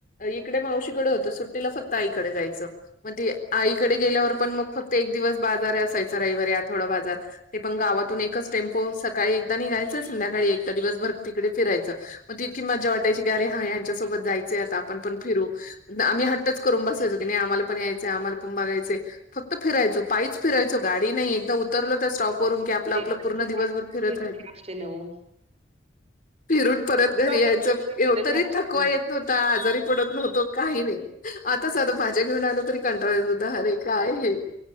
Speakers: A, on the left; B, on the right.
A: इकडे मावशीकडे होतो सुट्टीला फक्त आईकडे जायचं. मग ते आईकडे गेल्यावर पण मग फक्त एक दिवस बाजार असायच रविवारी आठवडा बाजार. ते पण गावातून एकच टेम्पो सकाळी एकदा निघायचं संध्याकाळी एकदा दिवस भर तिकडे फिरायचं. मग इतकी मजा वाटयची की अरे यांच्यासोबत जायचंय आता आपण पण फिरू. आम्ही हट्टच करून बसायचो की नाही आम्हाला पण यायचय आम्हाला पण बघायचे. फक्त फिरायचो पाईच फिरायचो गाडी नाही एकदा उतरलो त्या स्टॉप, वरून की आपलं आपलं
B: एखादं
A: पूर्ण
B: कुठं
A: दिवसभर फिरत
B: भेटले
A: राहील
B: आशेनं ओ
A: फिरून परत घरी
B: चॉकलेट
A: यायचं,
B: वगैरे
A: एवढ
B: भेटल
A: तरी
B: ह्या आशेने
A: थकवा येत नव्हता, आजारी पडत नव्हतो. काही नाही आता साध भाज्या घेऊन आलं तरी कंटाळा येत होता अरे काय हे?